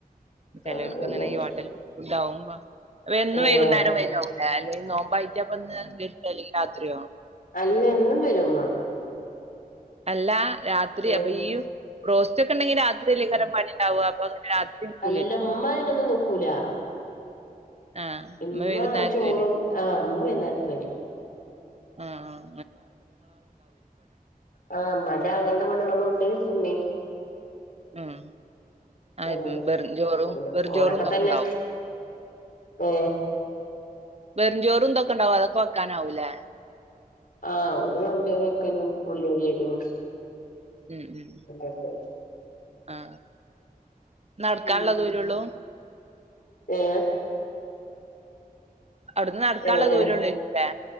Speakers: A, on the right (about 45°); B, on the left (about 70°).
A: ചെലൊർക്ക്
B: അപ്പ പിന്നെ
A: അങ്ങനെ ഈ ഹോട്ടൽ ഫുഡ് ആവുമ്പോ വെന്ന്
B: ആഹ്
A: വൈകുന്നേരം വരാവൂല്ലെ ല്ലെനോമ്പായിറ്റപ്പ ഇന്ന് വെട്ടല്ലെങ്കിൽ രാത്രിയോ
B: അല്ലെന്നും വരുമ്മ
A: അല്ല രാത്രി
B: ഏഹ്
A: അപ്പൊ ഈ റോസ്റ്റ്ക്കെണ്ടെങ്കി രാത്രി അല്ലങ്കരം പണിണ്ടാവുക അപ്പൊ രാത്രി നിക്കൂലായിരിക്കും
B: അല്ലമ്മതിനൊന്നും നിക്കൂല്ലാ
A: ആഹ്
B: ഇമ്മ
A: വൈകുന്നേരത്ത്
B: ചോറും
A: വരും
B: ആ അമ്മൈയുന്നേരത്ത് വരും
A: ആ ആ
B: ആ മ്മാന്റെ ആങ്ങൾടെ പെണ്ണുങ്ങളും ണ്ട് ഉമ്മി
A: ഉം ആ
B: അങ്ങനെ
A: വെറും ചോറും
B: ഓന്
A: വെറും
B: ഓനൊക്കെ
A: ചോറും ഇതൊക്കെ
B: തന്നെ
A: ഉണ്ടാവും
B: ഏ
A: വെറുംചോറും ഇതൊക്കെ ഉണ്ടാവും അതൊക്കെ വെക്കാനാവൂലേ
B: ആ ഓരു മന്തി വയ്ക്കാലും ഉള്ളിയരിലും
A: ഉം ഉം
B: <unintelligible>
A: ആ നടക്കാനുള്ള
B: ഉം
A: ദൂരെള്ളു
B: ഏ
A: അവിടുന്ന് നടക്കാനുള്ള
B: എങ്ങനെ
A: ദൂരള്ളൂരിക്കൂലേ